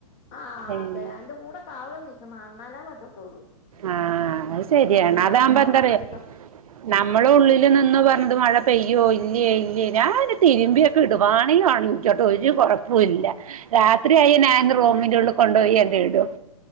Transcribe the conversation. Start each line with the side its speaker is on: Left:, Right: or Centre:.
Left: ആഹ്
Right: ഏ
Left: അതെ അതിന്റെ കൂടെ കാവല് നിൽക്കണം എന്നാലേ പറ്റത്തുള്ളൂ.
Right: ആഹ് അത് ശരിയാണ്
Left: എന്നാലേ
Right: അതാകുമ്പോ എന്താ
Left: ഉണങ്ങി
Right: പറയാ
Left: കിട്ട
Right: നമ്മള് ഉള്ളിൽ നിന്നോ പറഞ്ഞത് മഴ പെയ്യോ ഇല്ലിയോ ഇല്ലിയോ ഞാന് തിരുമ്പിയ ഇടും വാണേ വാങ്ങിക്കോട്ടെ എനിക്ക് ഒരു കൊഴ ഇല്ല രാത്രിയി ഞാൻ റൂമിന്റെ ഉള്ളിൽ കൊണ്ടുപോയി ഇടും.